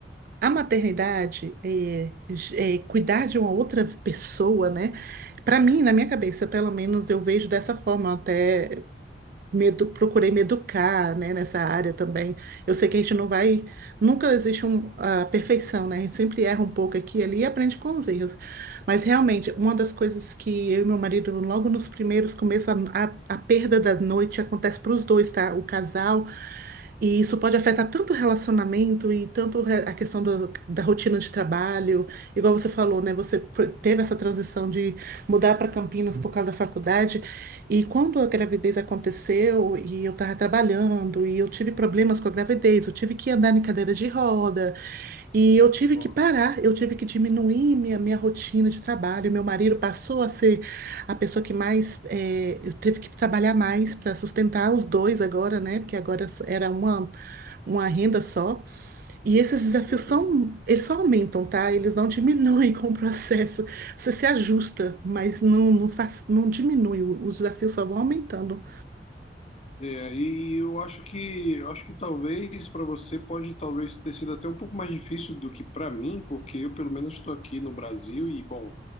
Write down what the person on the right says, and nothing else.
a maternidade, é, é, cuidar de uma outra pessoa, né? Para mim, na minha cabeça, pelo menos, eu vejo dessa forma até me edu- procurei me educar, né, nessa área também. Eu sei que a gente não vai, nunca existe um, a perfeição, né? A gente sempre erra um pouco aqui e ali e aprende com os erros. Mas realmente, uma das coisas que eu e meu marido, logo nos primeiros começos, a, a, a perda da noite acontece para os dois, tá? O casal e isso pode afetar tanto o relacionamento e tanto re- a questão do- da rotina de trabalho. Igual você falou, né? Você pr- teve essa transição de mudar para Campinas por causa da faculdade. E quando a gravidez aconteceu e eu estava trabalhando e eu tive problemas com a gravidez, eu tive que andar em cadeira de roda e eu tive
que parar, eu tive que diminuir minha, minha rotina de trabalho. Meu marido passou a ser a pessoa que mais eh, teve que trabalhar mais para sustentar os dois agora, né? Porque agora era uma uma renda só, e esses desafios
são, eles só aumentam, tá? Eles não <laughs> diminuem com o processo. Você se ajusta, mas não, não faz, não diminui, o- os desafios só vão aumentando.